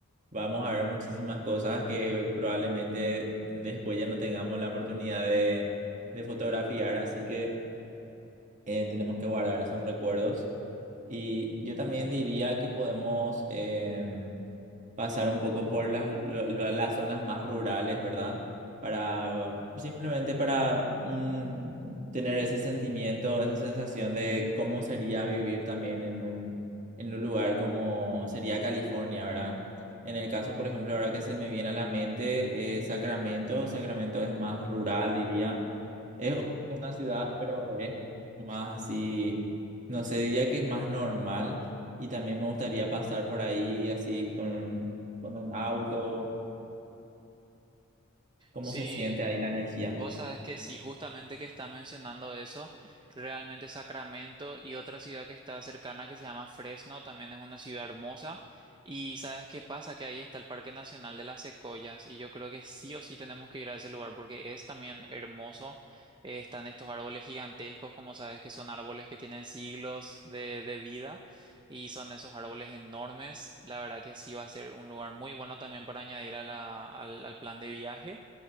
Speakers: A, on the right; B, on the right.
A: Vamos a ver muchísimas cosas que probablemente mm, después ya no tengamos la oportunidad de, de fotografiar, así que eh, tenemos que guardar esos recuerdos. Y yo también diría que podemos, em, pasar un poco por las, lo- lo- las zonas más rurales, ¿verdad? Para simplemente para mm, tener ese sentimiento, esa sensación de cómo sería vivir también en un, en un lugar como sería California, ¿verdad? En el caso, por ejemplo, ahora que se me viene a la mente, eh, Sacramento, Sacramento es más rural, diría. Es una ciudad, pero es más así, no sé, diría que es más normal y también me gustaría pasar por ahí así con, con un auto, cómo
B: Sí.
A: se siente ahí la energía.
B: Vos sabés que sí, justamente que está mencionando eso, realmente Sacramento y otra ciudad que está cercana que se llama Fresno, también es una ciudad hermosa. Y sabes qué pasa, que ahí está el Parque Nacional de las Secoyas y yo creo que sí o sí tenemos que ir a ese lugar porque es también hermoso. Eh, están estos árboles gigantescos, como sabes que son árboles que tienen siglos de, de vida y son esos árboles enormes. La verdad que sí va a ser un lugar muy bueno también para añadir a la- al al plan de viaje.